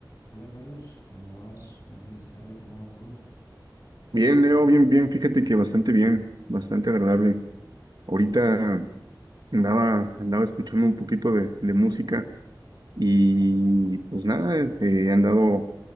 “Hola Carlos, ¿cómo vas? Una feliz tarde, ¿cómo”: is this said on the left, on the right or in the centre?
Left